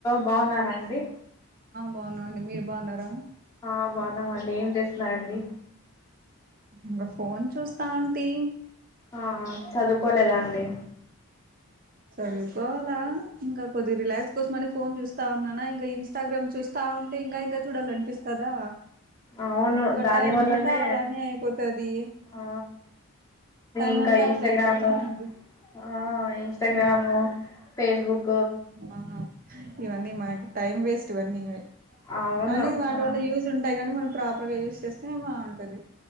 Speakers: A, on the left (about 15°); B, on the right (about 40°).
A: బాగున్నారా అండి
B: బాగున్నా అండి మీరు బాగున్నారా
A: ఆ బాగున్నామండీ ఏం చేస్తున్నారండి
B: ఇంకా ఫోన్ చూస్తా ఉంటి
A: ఆ చదువుకోలేదా అండి
B: చదువుకోవాలా ఇంకా కొద్దిగా రిలాక్స్ కోసం కోసమని అని ఫోన్ చూస్తా ఉన్నానా ఇంకా ఇంస్టాగ్రామ్ చూస్తా ఉంటే ఇంకా ఇంకా చూడాల అనిపిస్తదా
A: అవును
B: ఇగ
A: దాని
B: టైం
A: వల్లనే
B: అంతా అలానే అయిపోతది
A: ఆ
B: టైం
A: ఇంకా
B: అంతా
A: ఇంస్టాగ్రామ్
B: అట్లే అయిపోతాంది
A: ఆ ఇంస్టాగ్రామ్
B: ఆ
A: ఫేస్బుక్
B: ఆ ఇవన్నీ మాకు టైం వేస్ట్ ఇవన్నీవే
A: అవును
B: కానీ వాటి
A: ఆ
B: వల్ల యూజ్ ఉంటాయి కానీ మనం ప్రాపర్ గా యూస్ చేస్తే బాగుంటది